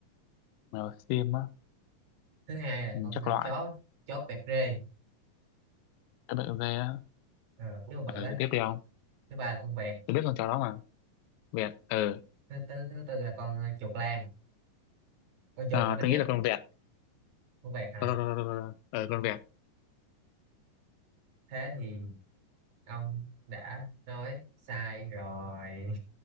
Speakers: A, on the left; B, on the right.
A: mèo xiêm á
B: thứ hai là
A: ừ,
B: con
A: chắc
B: ờ,
A: loại
B: chó chó vẹt rê
A: các bạn dê á
B: ờ, cái bự bự
A: ờ
B: ấy
A: tiếp đi ông
B: thứ ba là con vẹt
A: tôi biết con chó đó mà vẹt ờ
B: thứ tư thứ tư là con ờ, chuột lang con chuột
A: à,
B: mà nó
A: tôi
B: hét
A: nghĩ là con vẹt
B: con vẹt hả
A: ờ ờ, ờ, con vẹt
B: thế thì ông đã nói sai rồi